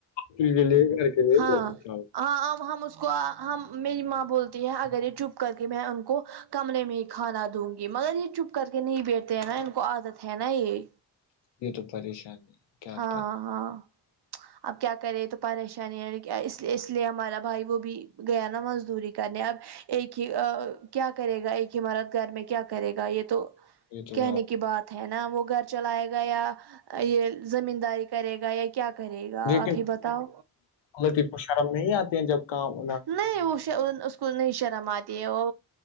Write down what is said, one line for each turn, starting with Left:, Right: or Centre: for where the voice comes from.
Left: کے لیے گھر کے لیے
Right: ہاں
Left: بہت اچھا ہو
Right: ہاں ہم اسکو ہم میری ماں بولتی ہے اگر یہ چپ کر کے میں ان کو کمرے میں ہی کھانا دوں گی مگر یہ چپ کر کے نہیں بیٹھتے ہیں نا ان کو عادت ہے نا یہ
Left: یہ تو پریشانی کیا
Right: ہاں
Left: کرے
Right: ہاں اب کیا کرے تو پریشانی ہے اسے اس لیے ہمارا بھائی وہ بھی گیا نا مزدوری کرنے اب ایک ہی کیا کرے گا ایک ہی مرد گھر میں کیا کرے گا یہ تو
Left: یہ تو
Right: کہنے کی بات ہے نا وہ گھر چلائے گا یا یہ زمین داری کرے گا یا کیا کرے گا
Left: لیکن
Right: اپ ہی بتاؤ
Left: غلطی کو شرم نہیں آتی ہیں جب کام
Right: نہیں وہ اس کو نہیں شرم آتی ہے وہ